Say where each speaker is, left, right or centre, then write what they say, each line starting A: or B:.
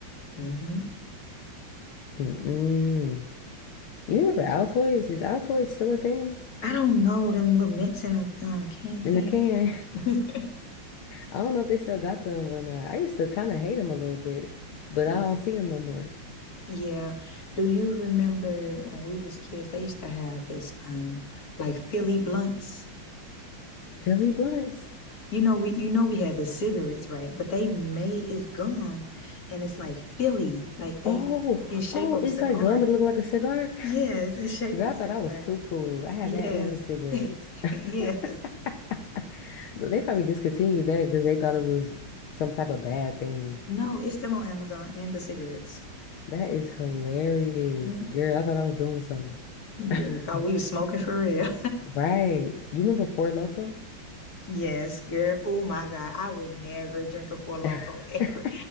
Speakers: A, on the left; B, on the left.
A: hmm
B: Mm-mm. You remember Altoids? Is Altoids still a thing
A: I don't know them little mints in a um, can
B: in
A: thing.
B: the can? <laughs>
A: <laughs>
B: I don't know if they still got them or not. I used to kind of hate them a little bit, but
A: Yeah.
B: I don't see them no more.
A: Yeah. Do you remember when we was kids, they used to have this um like Philly blunts?
B: Billy Blunts.
A: you know we you know we had the cigarettes right but they made it's gum and it's like Philly like they
B: Oh,
A: in shape
B: oh,
A: of
B: it's
A: a cigar
B: like gum, but it look like a cigar.
A: yes in
B: <laughs>
A: shape
B: Girl,
A: of a
B: I
A: cigar
B: thought I was too cool. I had
A: yes
B: that and the cigarettes.
A: <laughs>
B: <laughs>
A: yes
B: They probably discontinued that because they thought it was some type of bad thing.
A: no it's still on Amazon and the cigarettes
B: That is hilarious.
A: hmm
B: Girl, I thought I was doing something.
A: girl
B: <laughs>
A: thought we was smoking for real
B: Right. You remember Four Loko?
A: <laughs> yes girl oh my God I will never drink a Four Loko
B: <laughs>
A: ever
B: Girl,